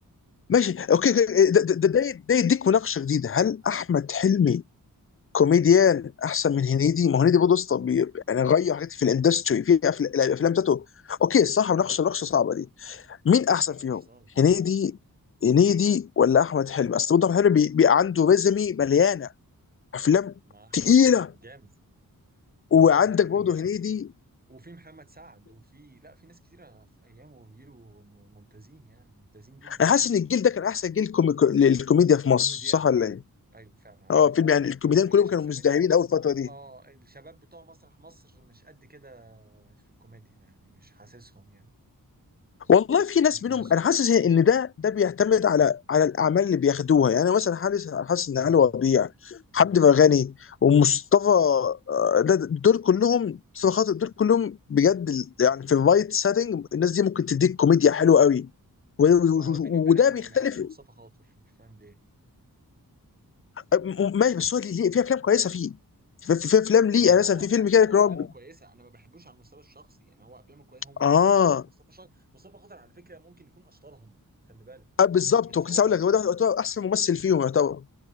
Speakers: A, on the left; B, on the right.
A: ماشي اوكي
B: اه
A: أوكي. ده ده ده ده يديك مناقشه جديده هل احمد حلمي كوميديان احسن من هنيدي ما هو هنيدي برضه اسطى بي- يعني غير حاجات في الاندستري في أفل- الافلام بتاعته اوكي الصراحه مناقشه مناقشه صعبه دي مين احسن
B: جمال
A: فيهم
B: اشرف صالح
A: هنيدي هنيدي ولا احمد حلمي اصل برضه احمد حلمي بي- بي- عنده ريزمي مليانه افلام
B: مع احمد
A: تقيله
B: حلمي جامد مع
A: وعندك
B: احمد حلمي
A: برضه
B: جامد
A: هنيدي
B: وفي محمد سعد وفي لا في ناس كتيرة في أيامه وجيله م- ممتازين يعني ممتازين جدا
A: انا
B: يعني
A: حاسس ان الجيل ده كان احسن جيل كومي... للكوميديا في مصر
B: كوميديان
A: صح ولا
B: أيوه
A: ايه؟
B: أيوه فعلا عندك
A: اه فيلم
B: حق
A: يعني الكوميديان
B: ما ما
A: كلهم
B: جاش
A: كانوا
B: أحسن
A: مزدهرين
B: منه
A: اول فتره دي
B: أه الشباب بتوع مسرح مصر مش قد كده في الكوميديا يعني مش حاسسهم يعني
A: والله في ناس
B: مش
A: منهم
B: حاسسهم
A: انا حاسس ان ده ده بيعتمد على على الاعمال اللي بياخدوها يعني انا مثلا حاسس حاسس ان
B: بالظبط
A: علي ربيع حمدي فرغني ومصطفى آه، ده- دول كلهم مصطفى خاطر دول كلهم بجد ال- يعني في الرايت سيتنج الناس دي ممكن تديك كوميديا حلوه قوي و- و-
B: هو بيني
A: و-
B: وبينك
A: وده
B: أنا
A: بيختلف
B: ما بحبش مصطفى خاطر مش فاهم ليه
A: م- ماشي بس هو ليه- في افلام كويسه فيه في في- في افلام ليه
B: هو
A: يعني
B: هو
A: مثلا في فيلم
B: لا
A: كده
B: هو
A: اللي
B: افلامه
A: هو
B: كويسه انا ما بحبوش على المستوى الشخصي يعني هو افلامه كويسه هو ممثل
A: اه
B: شاطر مصطفى شاطر مصطفى خاطر على فكره ممكن يكون اشطرهم خلي بالك
A: آه، بالظبط
B: بس
A: وكنت
B: هو
A: لسه
B: على
A: هقول لك هو ده يعتبر احسن ممثل فيهم يعتبر